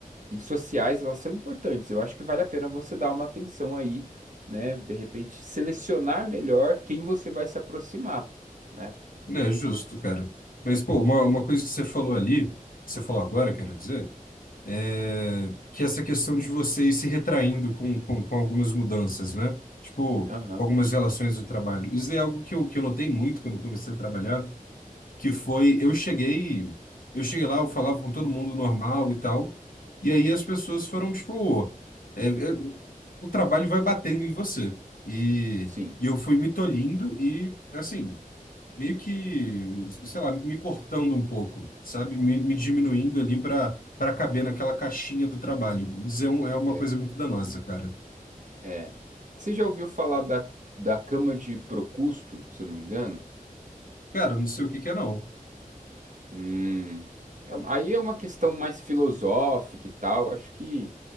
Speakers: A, on the right; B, on the left.
A: e sociais, elas são importantes. Eu acho que vale a pena você dar uma atenção aí, né? De repente selecionar melhor quem você vai se aproximar, né?
B: É justo, cara. Mas, pô, uma, uma coisa que você falou ali, você falou agora, quero dizer, é que essa questão de você ir se retraindo com, com, com algumas mudanças, né? Tipo,
A: Aham.
B: algumas relações do trabalho. Isso é algo que eu, que eu notei muito quando eu comecei a trabalhar, que foi, eu cheguei, eu cheguei lá, eu falava com todo mundo normal e tal, e aí as pessoas foram, tipo, é, é, o trabalho vai batendo em você. E,
A: Sim,
B: e eu fui me tolhindo e, assim meio que, sei lá, me cortando um pouco, sabe? Me, me diminuindo ali para para caber naquela caixinha do trabalho. Isso é, um- é uma
A: é,
B: coisa muito danosa, cara.
A: é. Você já ouviu falar da, da cama de Procusto, se eu não me engano?
B: Cara, não sei o que que é não.
A: Hum, é uma- aí é uma questão mais filosófica e tal. Acho que